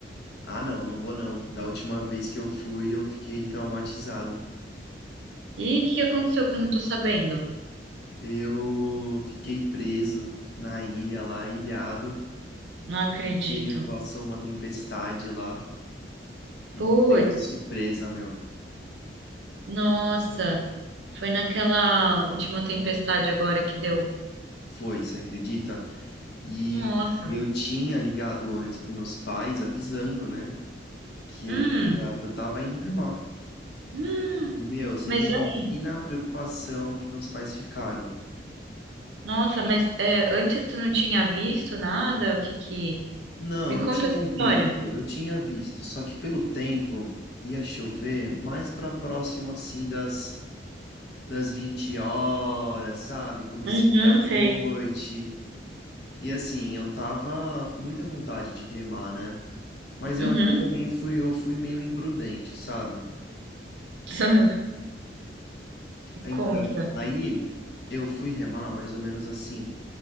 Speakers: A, on the left; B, on the right.
A: Ah, não, não vou não. Da última vez que eu fui, eu fiquei traumatizado.
B: E o que que aconteceu que eu não tô sabendo?
A: Eu fiquei preso na ilha lá, ilhado,
B: Não acredito.
A: e passou uma tempestade lá e
B: Puts,
A: me pegou de surpresa, meu.
B: nossa, foi naquela última tempestade agora que deu.
A: Foi, você acredita? E
B: Nossa,
A: eu tinha ligado antes pros meus pais, avisando, né, que
B: hum,
A: eu ia, que eu tava indo remar.
B: hum.
A: E, meu, você
B: Mas
A: imagina
B: e aí?
A: a preocupação que meus pais ficaram.
B: Nossa, mas é, antes tu não tinha visto nada? O que que...
A: Não,
B: Me
A: eu
B: conta
A: tinha
B: essa história.
A: visto, eu tinha visto, só que pelo tempo ia chover mais para próximo assim das das 20 horas, sabe? Comecinho
B: Uhum,
A: da noite.
B: sei.
A: E assim, eu tava com muita vontade de remar, né? Mas
B: Uhum.
A: eu acho que eu também fui, eu fui meio imprudente, sabe?
B: <laughs>
A: Então,
B: Conta.
A: aí eu fui remar mais ou menos assim,